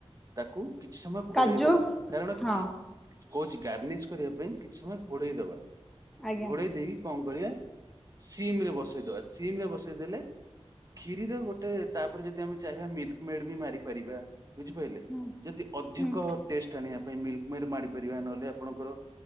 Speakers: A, on the right; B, in the centre.
A: ତାକୁ କିଛି ସମୟ
B: କାଜୁ
A: ଘୋଡେଇ ଦବା କାରଣ
B: ହଁ
A: ଖି କହୁଛି ଗାର୍ନିସ୍ କରିବା ପାଇଁ କିଛି ସମୟ ଘୋଡେଇ ଦବା
B: ଆଜ୍ଞା
A: ଘୋଡେଇ ଦେଇକି କଣ କରିବା ସିମ୍ ରେ ବସେଇଦବା ସିମ୍ ରେ ବସେଇଦେଲେ କ୍ଷୀରିରେ ଗୋଟେ ତାପରେ ଯଦି ଆମେ ଚାହିଁବା ମିଲ୍କୀ ମେଡ୍ ବି ମାରିପାରିବା ବୁଝିପାଇଲେ।
B: ହୁଁ
A: ଯଦି ଅଧିକ
B: ହୁଁ
A: ଟେଷ୍ଟ୍ ଆଣିବା ପାଇଁ ମିଲ୍କୀ ମେଡ୍ ମାଡି ପାରିବା ନହେଲେ ଆପଣଙ୍କର